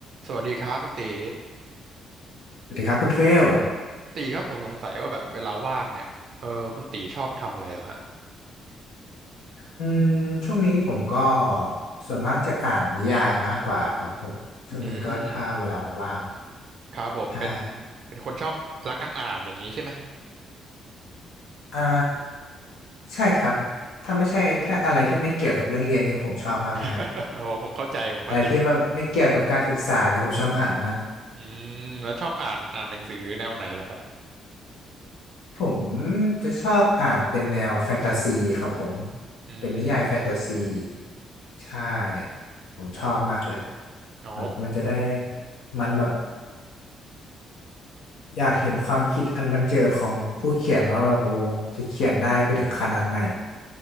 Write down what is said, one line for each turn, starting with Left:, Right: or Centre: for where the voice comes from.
Right: สวัสดีครับคุณตี
Left: สวัสดีครับคุณเฟล
Right: ตีครับผมสงสัยว่าแบบเวลาว่างเนี่ยเออคุณตีชอบทำอะไรเหรอฮะ
Left: อืมช่วงนี้ผมก็ส่วนมากจะอ่านนิยายมากกว่าครับผมช่วงนี้ก็ถ้าเวลาว่าง
Right: อืม
Left: ๆใช่
Right: ครับผมเป็น เป็นคนชอบรักการอ่านอย่างนี้ใช่ไหม
Left: อ่าใช่ครับถ้าไม่ใช่ถ้าอะไรที่ไม่เกี่ยวกับเรื่องเรียนนี่ผมชอบมากเลยฮะ
Right: <laughs> โอ้ผมเข้าใจผมเข้าใจ
Left: อะไรที่แบบไม่เกี่ยวกับการศึกษาเนี่ยผมชอบอ่านมาก
Right: อืมแล้วชอบอ่านอ่านหนังสือแนวไหนล่ะครับ
Left: ผมจะชอบอ่านเป็นแนวแฟนตาซีครับผม
Right: อืม
Left: เป็นนิยายแฟนตาซีใช่ผมชอบมากเลย
Right: โอ้
Left: แบบมันจะได้มันแบบ อยากเห็นความคิดอันบันเจิดของผู้เขียนว่าแบบโอ้จะเขียนได้ไปถึงขนาดไหน